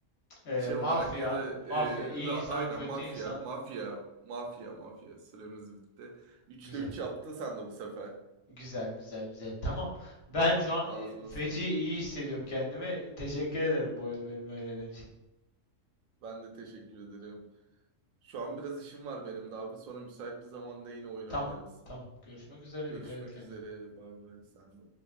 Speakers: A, on the left; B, on the right.
A: Ee,
B: şey
A: mafya.
B: olarak ya da e,
A: Mafya. iyi
B: ra-
A: insan,
B: aynen
A: kötü
B: mafya
A: insan.
B: mafya mafya mafya süremiz bitti. Üçte
A: Güzel.
B: 3 yaptın sen de bu sefer.
A: Güzel, güzel, güzel. Tamam. Ben şu an
B: Ağzına
A: e, feci
B: sağlık
A: iyi
B: ablam.
A: hissediyorum
B: Hı.
A: kendimi. Teşekkür ederim bu oyunu benimle oynadığın için.
B: Ben de teşekkür ederim. Şu an biraz işim var benim de abi. Sonra müsait bir zamanda yine oyun oynarız.
A: Tamam. Tamam. Görüşmek üzere.
B: Görüşmek
A: Dikkat et kendine.
B: üzere. Bay bay. Sen de.